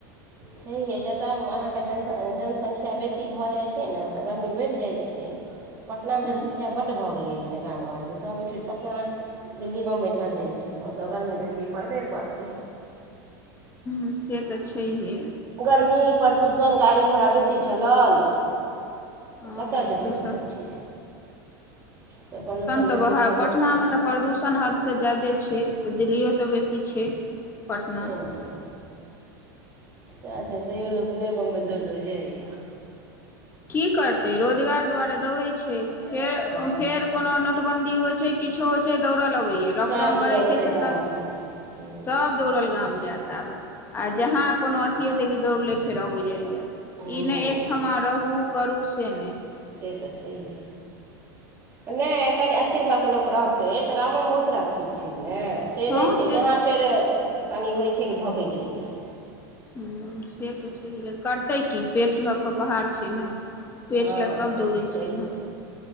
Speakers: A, on the right (about 25°); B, on the left (about 20°).
A: छैहिये जतय अहाँके जन जनसंख्या बेसी भऽ जै जै नऽ‌त गर्मी बढ़ि जाइत छै पटनामे
B: ह
A: जनसंख्या बड्ड भऽ गेलै हन गाम घरसँ सभ उठुठ पटना दिल्ली बम्बइ चलि जाइ छै तऽ ओतय गर्मी बेसी पड़बे करतै
B: ह से तऽ छैहे
A: गर्मी प्रदूषण गाड़ी घोड़ा बेसी चलल
B: हँ
A: कतय जेतै
B: से
A: ओ
B: सब
A: सभ? चीज तऽ प्रदूषण
B: तऽ
A: बेसी
B: बह
A: भऽ जाइ
B: पटनामे
A: छै।
B: तऽ प्रदूषण हदसँ जादे छै दिलियो सँ बेसी छै पटना
A: ते ने सएह छैनि, तैयो लोक दिल्लिए बम्बई दौर-दौर जाइ छै।
B: की करतै, रोजगार दुआरे दौड़ै छै फेर-फेर
A: हँ
B: कोनो नोटबन्दी होइ छै। किछो होइ छै दौड़ल अबैया
A: सब
B: लॉकडाउन
A: दौड़ल
B: करैत
A: औतै
B: छै सरकार
A: गाम हूँ
B: सभ दौड़ल गाम जायत आब आ जहाँ कोनो अथी हेतै कि दौड़ ले फेर अबैत जायय ई
A: हूँ
B: नहि, एकठामा रहू करू से नहि।
A: से तऽ छैहे नहि कनि स्थिर भा कऽ लोक रहतै तऽ गामोमे बहुत तरहके चीज छै ने से
B: हँ
A: नहि छै,
B: से
A: जहाँ
B: तऽ
A: फेर कनि होइ छै कि भगैजाइ छै।
B: ह से तऽ छै लेकिन करतै की पेट ल के पहाड़ छै ने पेट
A: हँ
B: लेल सभ
A: से
B: दौड़ै
A: तऽ छैहे
B: छै ने।